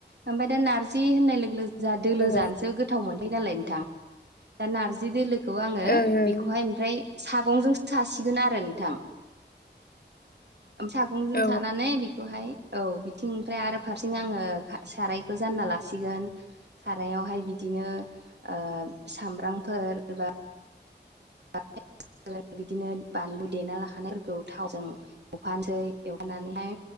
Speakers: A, on the right; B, on the left.
A: ओमफ्राय दा नार्जि होननाय लोगो जा दोलो जानोसो
B: औ
A: गोथाव मोनखोयो नालाय नोंथां दा नारजि दोलो खौ आङो
B: ओं ओं
A: बेखौहाय ओमफ्राय सागंजों सासिगोन आरो नोंथां ओम सागंजों
B: औ
A: सानानै बे खौहाय औ बिथिंनिओफ्राय आरो फारसें आङो खा सारायखौ जानना लासिगोन। सारायावहाय बिदिनो ओ सामब्रामफोर एबा <unintelligible> बिदिनो बानलु देना लाखानायफोरखौ थावजों एवफानोसै एफामनानैहाय